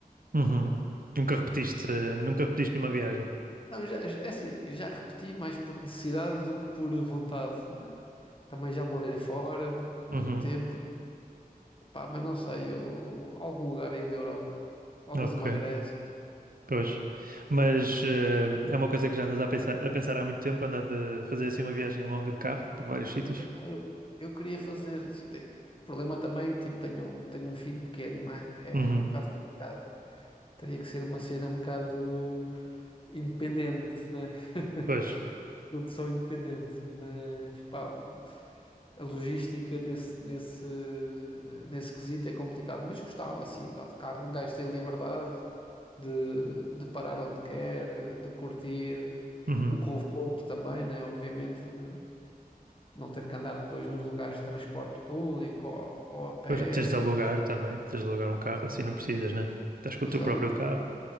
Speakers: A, on the right; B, on the left.
A: uhum. Nunca repetiste, nunca repetiste nenhuma viagem.
B: Não, já, já- é assim, já repeti mais por necessidade do que por vontade, né? Também já morei fora muito
A: Uhum,
B: tempo. Pá, mas não sei, eu, algum lugar aí da Europa, talvez
A: ok,
B: uma Grécia.
A: pois. Mas eh, é uma coisa que já andas a pensar, a pensar há muito tempo, andar de fazer assim uma viagem longa de carro por vários sítios.
B: Epá, eu, eu queria fazer. assim, tem- O problema também, tipo, tenho, tenho um filho pequeno, não é? É
A: Uhum,
B: um bocado complicado. Teria que ser uma cena um bocado independente, né? <laughs>
A: pois.
B: produção independente, mas pá, a logística nesse, nesse, nesse quesito é complicado, mas gostava assim, pá, de carro um gajo tem liberdade de, de parar onde quer, de curtir,
A: Uhum.
B: o conforto também, né? Obviamente, de não ter que andar depois nos lugares de transporte público ou, ou a pé,
A: Pois tens de alugar também, tens de alugar um carro, assim não precisas, né? Estás com
B: exato,
A: o teu próprio carro.